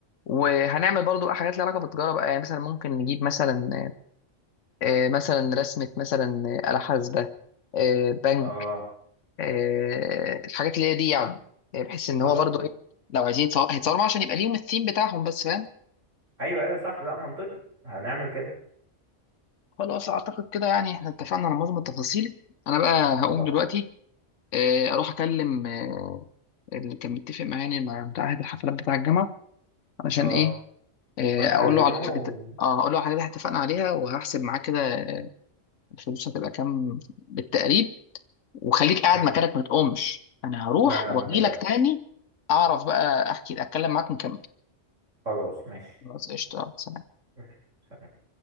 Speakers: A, on the left (about 75°); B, on the right (about 85°).
A: وهنعمل برضو بقى حاجات ليها علاقه بالتجاره بقى يعني مثلا ممكن نجيب مثلا آه، مثلا رسمه مثلا آه، آلة حاسبه آه، بنك
B: اه
A: آه، الحاجات اللي هي دي يعني آه، بحيث ان
B: خلاص
A: هو برضو ايه لو عايزين يتصور- هيتصوروا معاه عشان يبقى ليهم الثيم بتاعهم بس فاهم
B: ايوه ايوه صح لا منطقي هنعمل كده
A: خلاص اعتقد كده يعني احنا اتفقنا على معظم التفاصيل انا بقى
B: اه
A: هقوم دلوقتي آه، اروح اكلم آه، اللي كان متفق معايا يعني مع بتاع هيئة الحفلات بتاع الجامعه علشان
B: اه
A: ايه إيه،
B: روح كلمه
A: اقول له على الحاجات
B: و...
A: اه اقول له على الحاجات اللي اتفقنا عليها وهحسب معاك كده الفلوس هتبقى كام بالتقريب وخليك قاعد
B: ماشي
A: مكانك ما تقومش انا هروح
B: لا لا
A: واجي
B: ما تقلقش
A: لك تاني اعرف بقى احكي اتكلم معاك ونكمل
B: خلاص ماشي
A: خلاص قشطه سلام
B: ماشي.